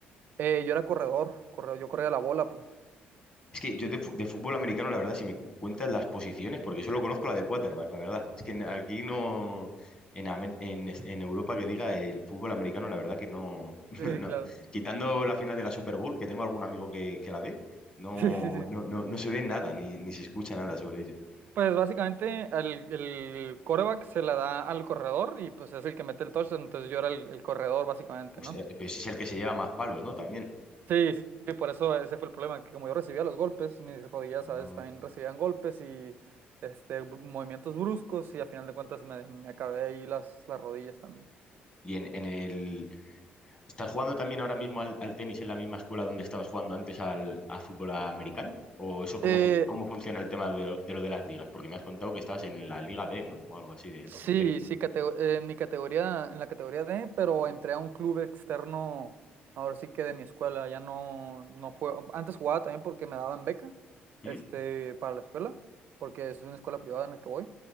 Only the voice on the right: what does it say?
Eh, yo era corredor, corredor, yo corría la bola, pues.
Sí,
claro. <laughs>
Sí, sí, sí.
Pues básicamente el, el quarterback se la da al corredor y pues es el que mete el touchdown, entonces yo era el, el corredor básicamente,
¿no?
Sí, sí, sí, por eso ese fue el problema, que como yo recibía los golpes, mis rodillas
a veces también recibían golpes y este, br- movimientos bruscos y a final de cuentas me, me acabé ahí las, las rodillas también.
Eh,
Sí,
sí, catego- eh, en mi categoría, en la categoría D, pero entré a un club externo, ahora sí que de mi escuela, ya no, no juego, antes jugaba también porque me daban beca,
este, para la escuela, porque es una escuela privada en la que voy,